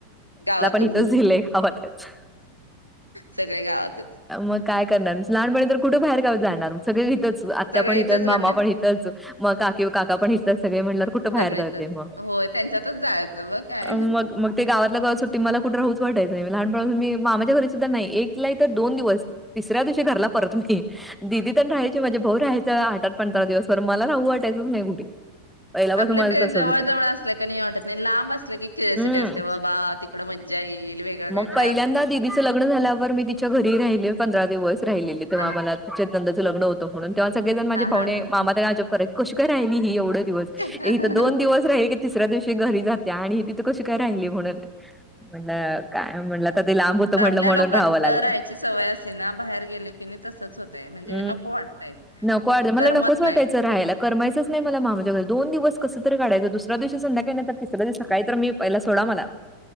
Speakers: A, on the left; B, in the centre.
A: गावातच
B: इथंच दिलंय गावातच
A: सगळे गावातच
B: मग काय करणार? लहानपणी तर कुठं बाहेरगावी जाणार? सगळीक हितंच आत्या
A: सगळे
B: पण हितंच,
A: इथच म्हटलं
B: मामा पण हितंच, मग का त्यू काका पण सगळे म्हणल्यावर कुठं
A: सगळे
B: बाहेर जाते
A: इथच
B: मग
A: होय त्यांच्यातच जायचं मग काय
B: मग मग ते गावातल्या गावात सुट्टी मला कुठ राहूच वाटायचं नई लहानपणा पासून मी मामाच्या घरी सुद्धा नाई इ तल्या इत दोन दिवस तिसऱ्या दिवशी घरला परत मी दीदी तेण रहायचे माझे भाऊ रहायचा आट आट पंधरा दिवसभर मला राहू वाटायचंच नाही कुठे पहिल्यापासून
A: आपलं
B: माझं
A: ते
B: तसंच
A: जवळ जवळ असल कनी वाटत नई लांब असल की क्युरिसिटी
B: हम्म.
A: असते बाबा तिकड मज्जा येईल वेगळं काहीतरी
B: मग पयल्यांदा दिदीचं लग्न झाल्यावर मी तिच्या घरी राहिले पंधरा दिवस राहिलेले तेव्हा
A: असल
B: मला चेतन दाच च लग्न होत म्हणून तेव्हा सगळेजण माझे
A: हा
B: पाहुणे
A: हा हा
B: मामा तेण अजब कराय कशी काय राहिली ही एवढं दिवस
A: हा
B: ये हितं दोन दिवस राही की तिसऱ्या दिवशी घरी जा त्या आणि तिथं कशी काय राहिली म्हणून म्हण काय म्हणलं आता ते लांब होत
A: आता
B: म्हणलं
A: आपल्या
B: म्हणून
A: लोकात
B: राहवं लागल
A: राहायची सवय असली ना बाहेर गेले की नाही तसच होतय म्हणजे
B: उ
A: नको वाटतय
B: नको वाटतय मला
A: करमत
B: नकोच वाटायच
A: नाही
B: राहायला करमायचच नाही मला मामा च्या घरी दोन दिवस कसं तर काढायचं दुस ऱ्या दिवशी संध्याकाळी नाही तर तिसऱ्या दिवशी सकाळी तर मी पयला सोडा मला